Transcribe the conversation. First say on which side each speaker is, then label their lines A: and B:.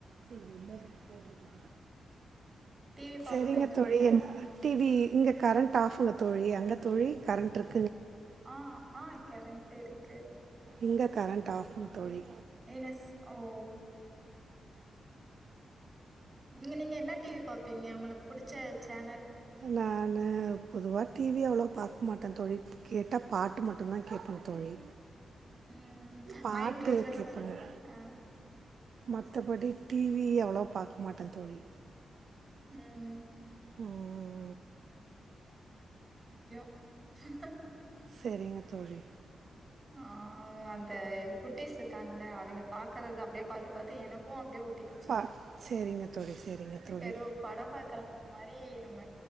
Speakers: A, on the right; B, on the right.
A: செரி என்ன போட்டுட்டு
B: டி வி பாப்பே
A: செரிங்க தோழி
B: கொஞ்ச நேரோ
A: என் டிவி இங்க கரண்ட் ஆஃப்புங்க தோழி அங்க தோழி கரண்ட்ருக்
B: ஆஹ் ஆஹ் கேரண்ட் இருக்கு
A: இங்கே கரண்ட் ஆப்ங் தோழி
B: என் ஸ ஓ இங்க நீங்க என்ன டிவி பாப்பீங்க உங்களு புடிச்ச சேனல்
A: நான் போதுவா டிவி அவ்வளோ பாக்க மாட்டே தோழி கேட்டா பாட்டு மட்டும் தான் கேட்பேன் தோழி
B: உம்
A: பாட்டு
B: மைண் ரெஃப்ரெஷ்ஷா
A: கேட்பேங்க
B: இருக்கு ஆஹ்
A: மற்றபடி டிவி அவ்வளோ பாக்க மாட்டேன் தோழி
B: உம்
A: ம்ஹூம்
B: ஹ்ஹூஹூ
A: செரிங்க தோழி
B: ஆஹ் அந்த குட்டிஸ் இருக்காங்கள அவங்க பாக்குறது அப்படியே பாத்து பாத்து எனக்கு அப்படியே ச்சு
A: பா சரிங்க தோழி சரிங்க தோழி
B: ஏதோ படம் பாக்கற மாரி நம்ம